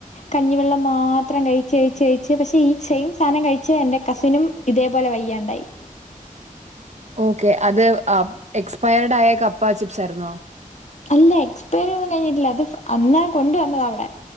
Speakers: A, on the left; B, on the right.
A: കഞ്ഞിവെള്ളം മാതരാവിലെയായിട്ട് പിന്നെ എനിക്ക് രണ്ടു മൂന്നു ദിവസത്തേക്ക് നോക്കുന്നില്ല ആയിരുന്നു പിന്നെ കഞ്ഞിവെള്ളം മാത്രം കഴിച്ച് ഈ ചെയിൻ സാധനം കഴിച്ചു എന്റെ കസിനും ഇതേപോലെ വയ്യാണ്ടായി
B: ഓക്കേ അത് എക്സ്പയേഡ് ആയ കപ്പാചിപ്സ് ആയിരുന്നു
A: അല്ലേ എക്സ്പൈരി ഒന്നും കഴിഞ്ഞിട്ടില്ല അത്അന്നേ കൊണ്ടുവന്നാടാ അവിടെ